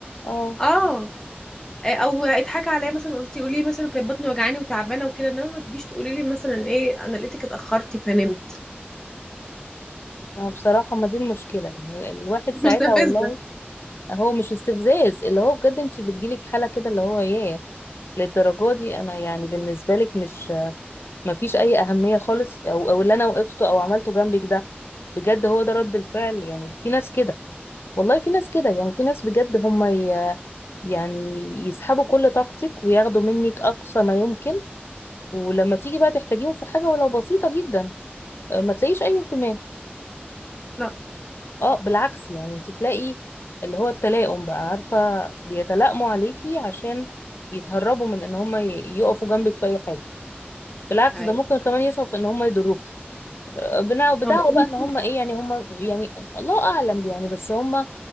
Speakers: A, on the left (about 75°); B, on the left (about 15°).
A: اه
B: اه آه، او اتحكى عليا مثلا قلتي قولي لي مثلا كانت بطني وجعاني وتعبانه وكده انما ما تجيش تقولي لي مثلا ايه انا لقيتك اتاخرتي فنمت
A: ما بصراحة ما دي المشكلة يعني الواحد
B: <laughs>
A: ساعتها
B: مستفزه
A: والله هو مش استفزاز اللي هو بجد انت بتجيلك حالة كده اللي هو ايه للدرجة دي انا يعني بالنسبة لك مش مفيش اي اهميه خالص او او اللي انا وقفته او عملته جنبك ده بجد هو ده رد الفعل يعني في ناس كده والله في ناس كده يعني في ناس بجد هم ي... يعني يسحبوا كل طاقتك وياخدوا منك اقصى ما يمكن ولما تيجي بقى تحتاجيهم في حاجه ولو بسيطه جدا آه، ما تلاقيش اي اهتمام
B: لا
A: اه بالعكس يعني انت تلاقي اللي هو التلائم بقى عارفه بيتلائموا عليكي عشان يتهربوا من ان هم ي- يقفوا جنبك في اي حاجه بالعكس
B: ايوه
A: ده ممكن كمان يسعوا في ان هم يضروك بنا- بدعوى
B: طب انت
A: بقى ان هم ايه يعني هم يعني الله اعلم يعني بس هم